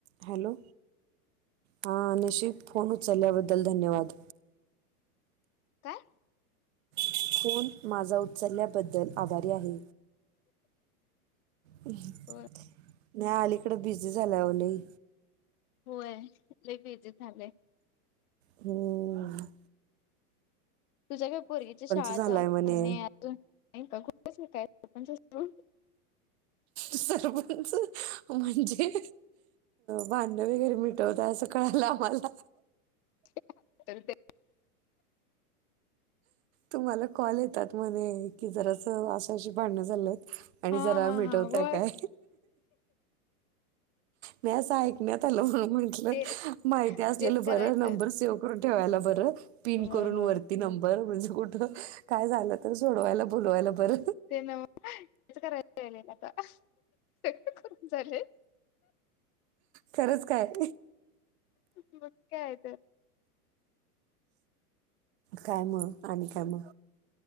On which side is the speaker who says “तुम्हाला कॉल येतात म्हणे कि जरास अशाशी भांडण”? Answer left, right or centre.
Right